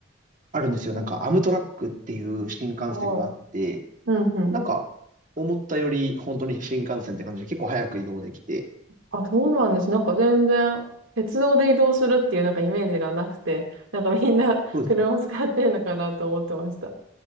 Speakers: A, on the right; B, on the right.
A: あるんですよ。なんか、アムトラックっていう新幹線があって、
B: ん。はい。うんうん。
A: なんか、思ったより本当に新幹線って感じで結構早く移動できて、
B: あ、そうなんです。なんか全然鉄道で移動するっていうなんかイメージがなくて、なんかみんな車使ってんのかなと思ってました。
A: そうです。